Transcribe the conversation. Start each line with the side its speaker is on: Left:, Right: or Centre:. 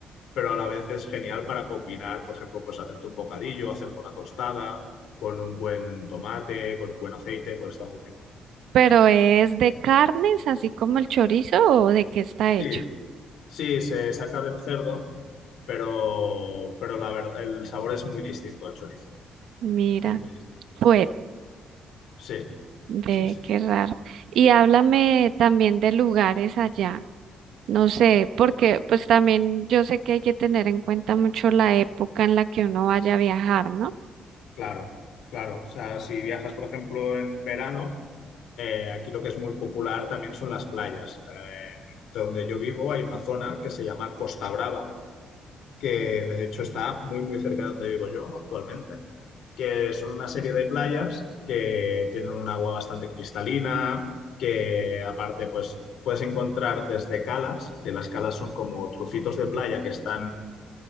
Left: pero a la vez es genial para combinar, por ejemplo, pues hacerte un bocadillo, hacerte una tostada con un buen tomate, con un buen aceite, pues está muy rico.
Right: ¿Pero es de carnes, así como el chorizo, o de qué está hecho?
Left: Sí, sí, se saca del cerdo, pero, pero la verdad, el sabor es muy distinto al chorizo.
Right: Mira,
Left: Es muy distinto.
Right: fue,
Left: Sí,
Right: ve,
Left: sí, sí.
Right: qué raro. Y háblame también de lugares allá. No sé, porque pues también yo sé que hay que tener en cuenta mucho la época en la que uno vaya a viajar, ¿no?
Left: Claro, claro. O sea, si viajas, por ejemplo, en verano, eh, aquí lo que es muy popular también son las playas. Eh, de donde yo vivo hay una zona que se llama Costa Brava, que de hecho está muy, muy cerca de donde vivo yo actualmente, que son una serie de playas que tienen un agua bastante cristalina, que aparte, pues puedes encontrar desde calas, que las calas son como trocitos de playa que están